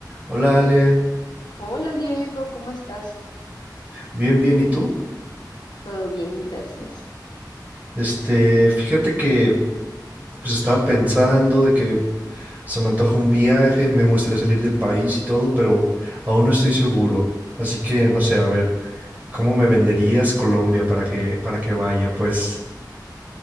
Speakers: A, on the right; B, on the left.
A: Hola Ale,
B: Hola Diego, ¿cómo estás?
A: bien, bien, ¿y tú?
B: Todo bien, gracias.
A: Este, fíjate que pues estaba pensando de que se me antoja un viaje, me gustaría salir del país y todo, pero aún no estoy seguro. Así que no sé, a ver, ¿cómo me venderías Colombia para que para que vaya? Pues,